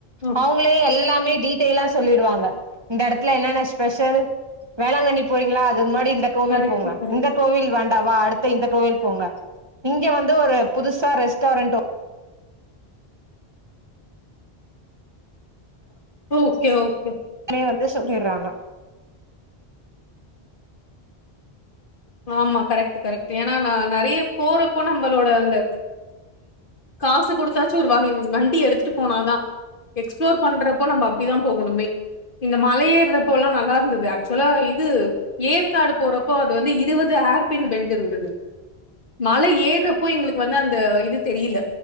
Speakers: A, on the left; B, on the right.
A: ஆ
B: அவங்களே எல்லாமே டீட்டைல்லா சொல்லிடு வாங்க இந்த இடத்துல என்னென்ன ஸ்பெஷல் வேளாங்கண்ணி போறீங்களா அதுக்கு முன்னாடி டோவில்
A: கரெக்ட்டு
B: போங்க
A: கரெக்ட்டு
B: இந்த டோவில் வேண்டாவா அடுத்த இந் டோவில் போங்க இங்க வந்து ஒரு புதுசா ரெஸ்டாரன்ட்
A: ஓகே ஓகே
B: கை வந்து சுத்திறாங்க
A: ஆமா கரெக்ட் கரெக்ட் ஏன்னா ந நிறைய போறப்போ நம்மளோட அந்த காசு குடுத்தாச்சும் ஒரு வண்டி எடுத்துட்டு போனாதான் எக்ஸ்ப்போட்டு பண்றப்போ நம்ம அப்படிதான் போகணுமே இந்த மலையேறப்போ எல்லாம் நல்லா இருந்தது ஆக்சு சொலா இது ஏற்க் வெளிநாடு போறப்போ அது வந்து இது வது ஆர்பின் பெண்ட் இருந்தது மல ஏறப்போ எங்களுக்கு வந்து அது தெரியல